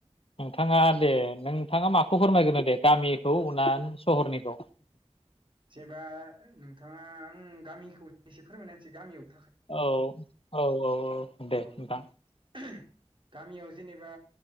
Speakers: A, on the left; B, on the right.
A: नोंथाङा दे नोंथाङा माखौ फोरमायग्रोनो दे गामिखौ ना सहरनिखौ?
B: जेनेबा नोंथाङा आं गामिखौ एसे फोरमायनासै गामियाव
A: औ औ औ औ दे
B: औ
A: नोंथां।
B: <unintelligible> गामियाव जेनेबा